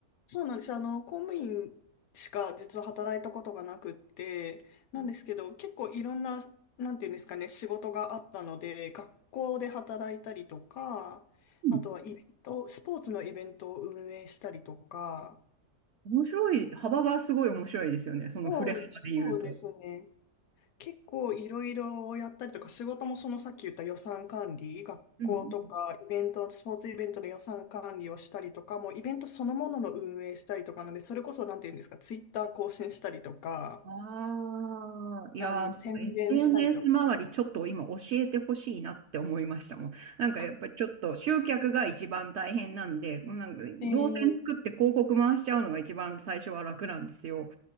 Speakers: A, on the left; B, on the right.
A: そうなんです。あの、公務員しか実は働いたことがなくって、なんですけど、
B: う
A: 結構いろんな、なんていうんですかね、仕事があったので、学校で働いたりとか、
B: ん
A: あとはイベント、スポーツのイベントを運営したりとか、
B: 面白い、幅がすごい面白いですよね。その振れ幅で言うと。
A: そう、そうですね。結構いろいろやったりとか、仕事もそのさっき言った予算管理、学校とかイベント、
B: うんうん。
A: スポーツイベントの予算管理をしたりとか、もうイベントそのものの運営したりとかなんで、それこそなんて言うんですか、ツイッター更新したりとか、
B: ああ、いやー、
A: あの、宣伝したりとか。
B: SNS 周りちょっと今教えてほしいなって思いましたもん。なんかやっぱりちょっと集客が一番大変なんで、
A: あ、
B: なんか動線作って広告回しちゃうのが一番最初は楽なんですよ。
A: ええ